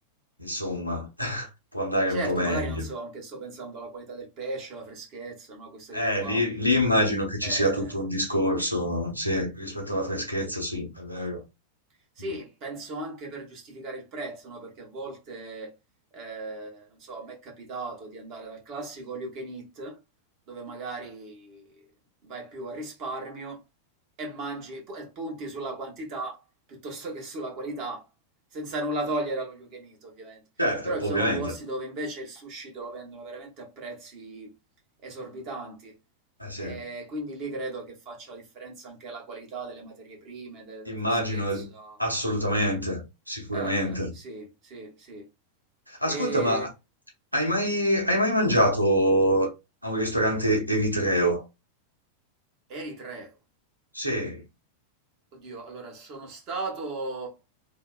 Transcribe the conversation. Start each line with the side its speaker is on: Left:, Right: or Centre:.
Left: insomma, <laughs> può andare
Right: Certo,
Left: un po' meglio.
Right: magari non so, anche sto pensando alla qualità del pesce, alla freschezza, no? Queste
Left: Eh,
Right: cose qua.
Left: lì, lì immagino che ci
Right: Eh,
Left: sia tutto un discorso, sì, rispetto alla freschezza, sì, è vero.
Right: Sì,
Left: Mm.
Right: penso anche per giustificare il prezzo, no? Perché a volte, eh, non so, a me è capitato di andare dal classico all you can eat, dove magari vai più a risparmio e mangi pu- e punti sulla quantità piuttosto che sulla qualità, senza nulla togliere allo you can eat, ovviamente.
Left: Certo,
Right: Però ci
Left: ovviamente.
Right: sono posti dove invece il sushi te lo vendono veramente a prezzi esorbitanti
Left: Eh
Right: e
Left: sì.
Right: quindi lì credo che faccia la differenza anche la qualità delle materie prime, de- della
Left: Immagino,
Right: freschezza.
Left: ehm, assolutamente, sicuramente.
Right: Eh, eh, sì, sì, sì. E
Left: Ascolta, ma hai mai, hai mai mangiato a un ristorante eritreo?
Right: Eritreo.
Left: Sì,
Right: Oddio, allora sono stato